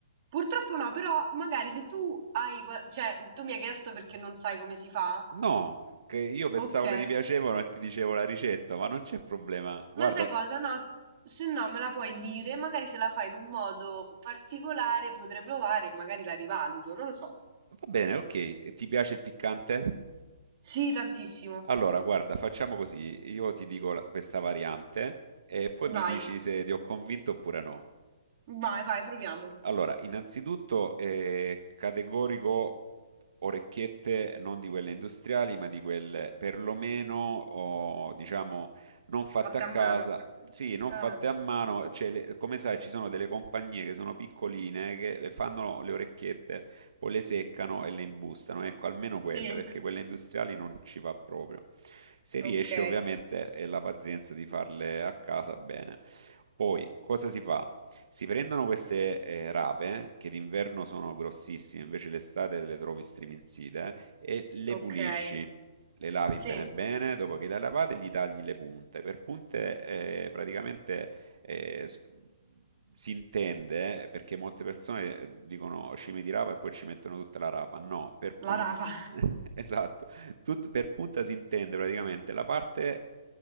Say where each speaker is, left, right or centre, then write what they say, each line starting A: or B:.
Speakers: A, on the right (about 35°); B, on the right (about 70°).
A: purtroppo no, però magari se tu hai, gua- cioè tu mi hai chiesto perché non sai come si fa?
B: No, che io pensavo
A: Ok. Eh,
B: che ti piacevano e ti dicevo la ricetta, ma non c'è problema. Guarda
A: ma sai cosa? No, s- se no me la puoi dire, magari se la fai in un modo particolare potrei provare e magari la rivaluto, non lo so.
B: Va bene, ok. E Ti piace il piccante?
A: Sì, tantissimo.
B: Allora, guarda, facciamo così. Io ti dico la- questa variante e poi mi
A: Vai,
B: dici se ti ho convinto oppure no.
A: vai, vai, proviamo.
B: Allora, innanzitutto eh, categorico orecchiette non di quelle industriali, ma di quelle perlomeno, o, diciamo, non fatte
A: Fatta
B: a casa,
A: a mano.
B: sì, non
A: Ah.
B: fatte a mano. Cioè, le- come sai, ci sono delle compagnie che sono piccoline che le fanno le orecchiette, poi le seccano e le imbustano. Ecco, almeno quelle,
A: Sì,
B: perché quelle industriali non ci va proprio. Se riesci,
A: ok,
B: ovviamente, è la pazienza di farle a casa bene. Poi, cosa si fa? Si prendono queste, ehm, rape, che d'inverno sono grossissime, invece l'estate le trovi striminzite, e le
A: ok,
B: pulisci. Le lavi
A: sì,
B: bene bene, dopo che le hai lavate gli tagli le punte. Per punte, ehm, praticamente, ehm, s si intende perché molte persone, ehm, dicono: "Cime di rapa" e poi ci mettono tutta la rapa. No, per pun
A: la rapa.
B: <laughs> esatto, tut per punta si intende praticamente la parte